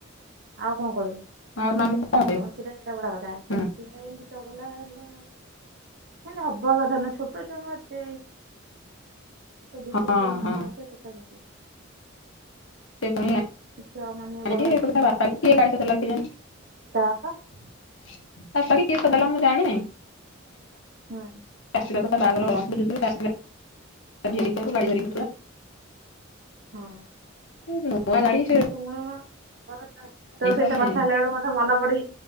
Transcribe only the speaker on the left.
ଆଉ ମାମୁଁ କଣ କହିବ
ହୁଁ
ହଁ
ହଁ।
ସେ <unintelligible>
<unintelligible>
<unintelligible> ମୁଁ ଜାଣିନି
<unintelligible>
ହ <unintelligible>
ତମେ